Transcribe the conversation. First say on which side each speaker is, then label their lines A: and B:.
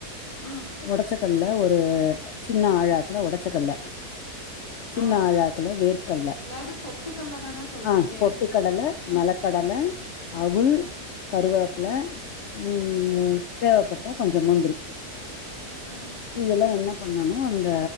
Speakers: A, on the left; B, on the left.
A: ம்,
B: ஒடச்ச கல்ல ஒரு சின்ன ஆழாக்குல ஒடச்சக்கல்ல சின்ன
A: ஆ.
B: ஆழாக்குள வேர்க்கல்ல
A: அதாவது பொட்டுக்கல்ல தான சொல்றீங்க?
B: ஆ பொட்டு கடல
A: ம்,
B: நெலக்கடல அவுல்
A: ம்,
B: கருவேப்பல ம் தேவப்பட்டா கொஞ்சொ முந்திரி
A: ம்,
B: இதெல்லா என்ன பண்ணணு அந்த